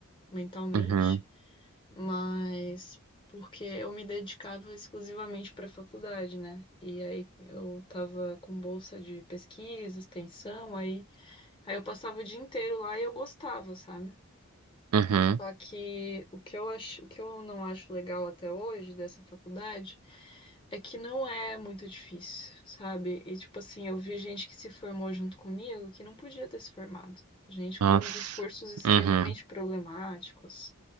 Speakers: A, on the left; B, on the right.
A: mentalmente.
B: Uhum,
A: mas porque eu me dedicava exclusivamente para a faculdade, né? E aí eu tava com bolsa de pesquisa, extensão, aí, aí eu passava o dia inteiro lá e eu gostava, sabe?
B: uhum.
A: Só que o que eu acho, o que eu não acho legal até hoje dessa faculdade é que não é muito difícil, sabe? E tipo assim, eu vi gente que se formou junto comigo que não podia ter se formado. Gente
B: Nossa.
A: com discursos extremamente
B: Uhum,
A: problemáticos.